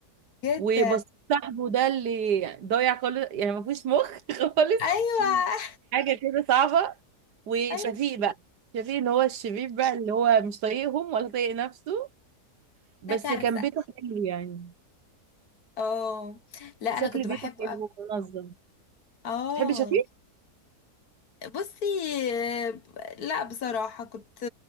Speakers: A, on the left (about 65°); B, on the right (about 80°).
A: بجد
B: وبس صاحبه ده اللي ضايع خالص يعني ما فيهوش مخ <laughs> خالص
A: ايوه
B: حاجه كده صعبه وشفيق
A: ايوه
B: بقى شفيق اللي هو الشبيب بقى اللي هو مش طايقهم ولا طايق نفسه بس
A: ده كارثه
B: كان بيته حلو يعني
A: اه لا انا
B: شكل
A: كنت بحبه
B: بيته حلو
A: قوي
B: ومنظم
A: اه
B: بتحبي شفيق
A: بصي آه، لا بصراحة كنت